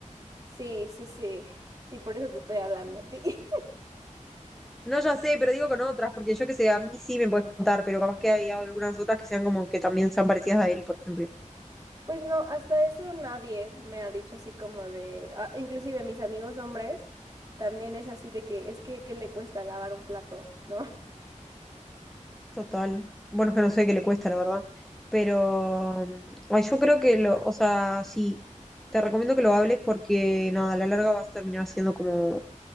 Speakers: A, on the right; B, in the centre.
A: Sí, sí, sí. Sí, por eso te estoy hablando a ti. <laughs>
B: No, ya sé, pero digo con otras, porque yo que sé, a mí sí me puedes contar, pero capaz que hay algunas otras que sean como que también sean parecidas a él, por ejemplo.
A: Pues no, hasta eso nadie me ha dicho así como de, ah, inclusive mis amigos hombres también es así de que es que ¿qué le cuesta lavar un plato, ¿no? <laughs>
B: Total. Bueno, es que no sé qué le cuesta, la verdad. Pero mm, ay, yo creo que lo, o sea, sí, te recomiendo que lo hables porque nada, a la larga vas a terminar siendo como